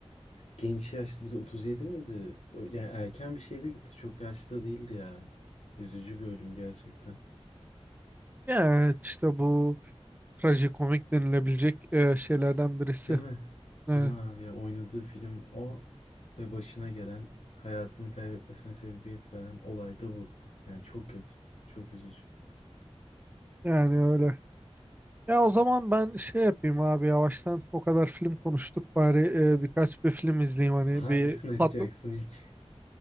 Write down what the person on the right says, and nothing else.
yani evet işte bu trajikomik denilebilecek e, şeylerden birisi.
Evet,
yani öyle. Ya o zaman ben şey yapayım abi yavaştan o kadar film konuştuk bari e, birkaç bir film izleyeyim hani
bir
patlı.